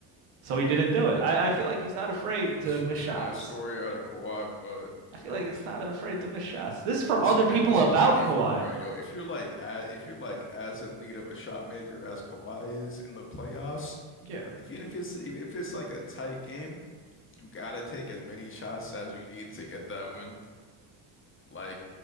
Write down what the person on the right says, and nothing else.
So he didn't do it. I, I feel like he's not afraid
to miss
shots.
I feel
like it's not afraid to miss shots. This is from
other people
about
Kawhi.
Yeah,